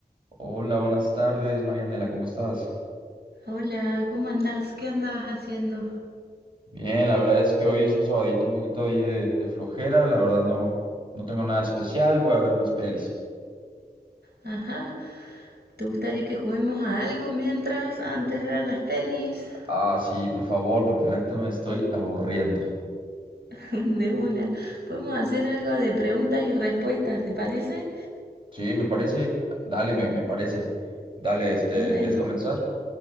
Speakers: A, on the right; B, on the right.
A: Hola, buenas tardes, Marianela, ¿cómo estás?
B: Hola, ¿cómo andás? ¿Qué andabas haciendo?
A: Bien, la verdad es que hoy es un sabadito un poquito ahí de, de flojera, la verdad no, no tengo nada especial, voy a ver unas pelis.
B: Ajá, ¿te gustaría que juguemos a algo mientras, antes de ver las pelis?
A: Ah, sí, por favor, porque la neta me estoy aburriendo.
B: <laughs> De una. Podemos hacer algo de preguntas y respuestas, ¿te parece?
A: Sí, me parece, dale, me, me parece. Dale, este,
B: Bueno,
A: ¿quieres comenzar?